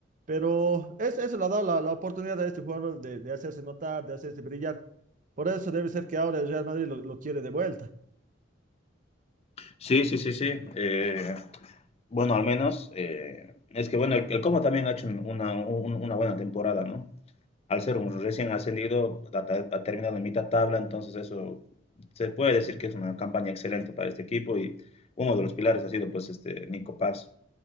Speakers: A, on the right; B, on the left.
A: Pero es- eso le ha dado la, la oportunidad a este jugador de, de hacerse notar, de hacerse brillar. Por eso debe ser que ahora el Real Madrid lo, lo quiere de vuelta.
B: Sí, sí, sí, sí. Eh, bueno, al menos eh, es que bueno, el, el Como también ha hecho un- una, un- una buena temporada, ¿no? Al ser un recién ascendido, ha, ta- ha terminado en mitad tabla, entonces eso se puede decir que es una campaña excelente para este equipo y uno de los pilares ha sido pues este Nico Paz.